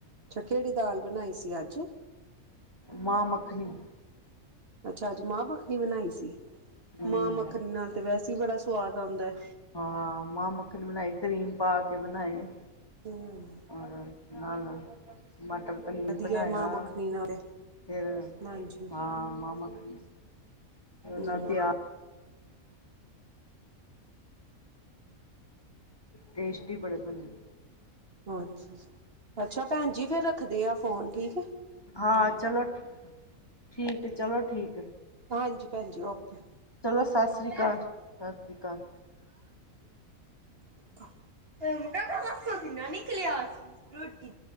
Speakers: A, on the right (about 45°); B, on the left (about 15°).
A: ਅੱਛਾ, ਕੇੜੀ ਦਾਲ ਬਣਾਈ ਸੀ ਅੱਜ?
B: ਮਾਂ ਮੱਖਣੀ
A: ਅੱਛਾ, ਅੱਜ ਮਾਂ ਮੱਖਣੀ ਬਣਾਈ ਸੀ,
B: ਹਮ
A: ਮਾਂ ਮੱਖਣੀ ਨਾਲ ਤੇ ਵੈਸੇ ਈ ਬੜਾ ਸਵਾਦ ਆੰਦੈ।
B: ਹਾਂ, ਮਾਂ ਮੱਖਣੀ ਬਣਾਈ ਕਰੀਮ ਪਾ ਕੇ ਬਣਾਏ।
A: ਹਮ
B: ਔਰ ਨਾਲ ਮਟਰ ਪਨੀਰ
A: ਵਧੀਆ
B: ਬਣਾਯਾ।
A: ਮਾਂ ਮੱਖਣੀ ਨਾਲ ਤੇ
B: ਫਿਰ
A: ਹਾਂਜੀ
B: ਹਾਂ, ਮਾਂ ਮੱਖਣੀ
A: ਹਮ
B: ਨਾਲ ਪਿਆਜ ਟੇਸਟੀ ਬੜੇ ਬਣੇ।
A: ਅਛਾ ਜੀ, ਅੱਛਾ ਭੈਣ ਜੀ ਫੇਰ ਰੱਖਦੇ ਆ ਫੋਨ, ਠੀਕ। ਹੈ
B: ਹਾਂ ਚਲੋ, ਠੀ ਠੀਕ ਏ ਚਲੋ ਠੀਕ ਏ।
A: ਹਾਂਜੀ ਭੈਣਜੀ, ਓਕੇ। ਚੁਪ
B: ਸਤਿ ਸ਼੍ਰੀ ਅਕਾਲ ਸਤਿ ਸ਼੍ਰੀ ਅਕਾਲ
A: ਕਰ। ਤੇ ਮੁੰਡਾ <unintelligible> ਨਿਕਲਯਾ ਸੀ ਰੋਟੀ